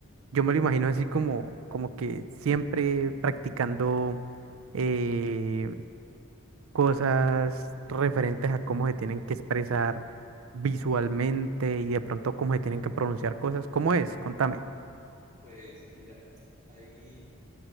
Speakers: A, on the right; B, on the right.
A: Yo me lo imagino así como, como que siempre practicando eh, cosas referentes a cómo se tienen que expresar visualmente y de pronto cómo se tienen que pronunciar cosas. ¿Cómo es? Contame.
B: Pues mira, ahí